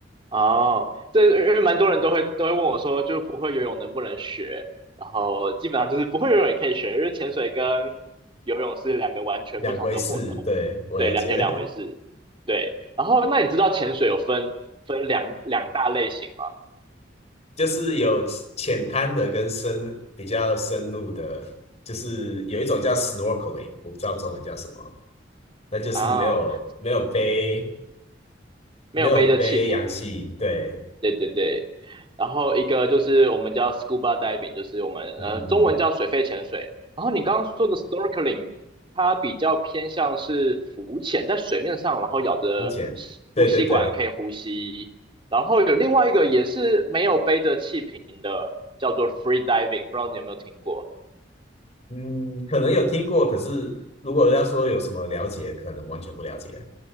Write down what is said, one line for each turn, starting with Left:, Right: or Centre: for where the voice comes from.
Right: 哦，这因为蛮多人都会都会问我说，就是不会游泳能不能学？然后基本上就是不会游泳也可以学，因为潜水跟游泳是两个完全不同的活动，
Left: <laughs> 两回事。对，我了解，
Right: 对，两全两回事。对，然后那你知道潜水有分分两两大类型吗？
Left: <laughs> 就是有浅滩的跟深比较深入的，就是有一种叫 snorkeling，我不知道中文叫什么，那就是没有没有背
Right: 啊、没有背着气瓶
Left: 没有背氧气，对，
Right: 对对对，然后一个就是我们叫 scuba diving，就是我们呃中文叫水肺潜水。
Left: 嗯嗯嗯，
Right: 然后你刚刚说的 snorkeling，它比较偏向是浮潜，在水面上，然后咬着吸呼吸管可以呼吸。
Left: 浮潜，对对对。
Right: 然后有另外一个也是没有背着气瓶的，叫做 free diving，不知道你有没有听过？
Left: 嗯，可能有听过，可是如果要说有什么了解，可能完全不了解。